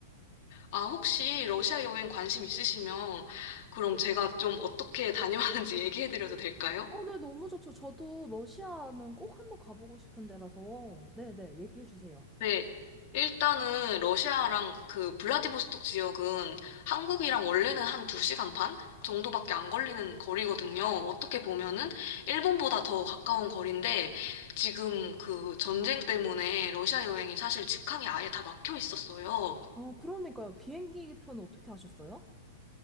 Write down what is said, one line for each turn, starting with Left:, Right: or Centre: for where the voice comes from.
Left: 아, 혹시 러시아 여행 관심 있으시면 그럼 제가 좀 어떻게 <laughs> 다녀왔는지 얘기해드려도 될까요?
Centre: 어, 네, 너무 좋죠. 저도 러시아는 꼭 한번 가보고 싶은 데라서. 네네, 얘기해 주세요.
Left: 네. 일단은 러시아랑 그 블라디보스톡 지역은 한국이랑 원래는 한 2시간 반 정도밖에 안 걸리는 거리거든요. 어떻게 보면은 일본보다 더 가까운 거리인데 지금 그 전쟁 때문에 러시아 여행이 사실 직항이 아예 다 막혀 있었어요.
Centre: 어, 그러니까요. 비행기 편 어떻게 하셨어요?